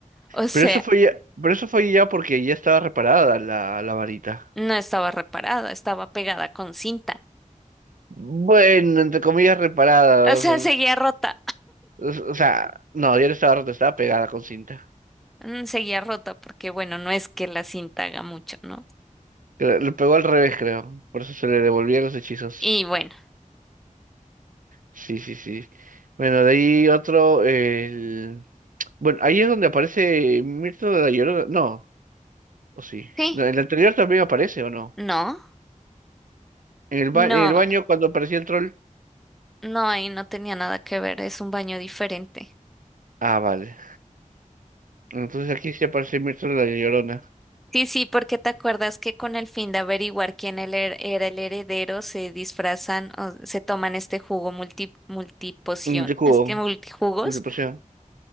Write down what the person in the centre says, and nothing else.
O sea,
no estaba reparada, estaba pegada con cinta.
O sea,
seguía rota,
Mm, seguía rota porque bueno, no es que la cinta haga mucho, ¿no?
Y bueno,
sí,
no,
no,
no, ahí no tenía nada que ver, es un baño diferente.
Sí, sí, porque te acuerdas que con el fin de averiguar quién el her- era el heredero se disfrazan o se toman este jugo multi, multipoción,
es que multijugos,